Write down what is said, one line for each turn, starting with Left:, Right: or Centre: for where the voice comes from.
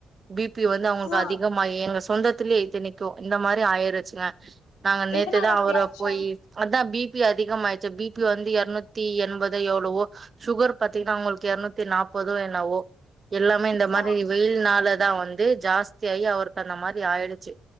Right: பிபி வந்து அவங்களுக்
Left: ஆ
Right: அதிகமாயி எங்க சொந்த த்லேயே இத்தனைக்கு இந்த மாரி ஆயிருச்சுங்க நாங்க நேத்துதா
Left: எதனால அப்படி
Right: அவர
Left: ஆச்சா
Right: போயி அதா பி பி அதிகமாயிருச்சு பிபி வந்து எரநூத் த்தி எண்பதே எவ்ளவோ சுகர் பாத்தீங்கனா அவங்களுக்கு எரநூத்தி நாப்பதோ என்னவோ எல்லாமே இந்த மாரி
Left: ஆ
Right: வெயில் நால தா வந்து ஜாஸ்தியாயி அவருக்கு அந்த மாரி ஆயிடுச்சி